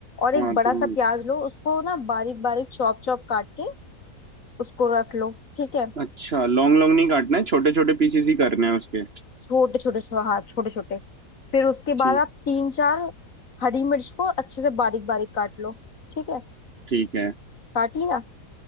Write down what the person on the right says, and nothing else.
हाँ
तुम
अच्छा लॉन्ग लॉन्ग नहीं काटना है छोटे छोटे पीसेस ही करने हैं उसके
ठीक
ठीक है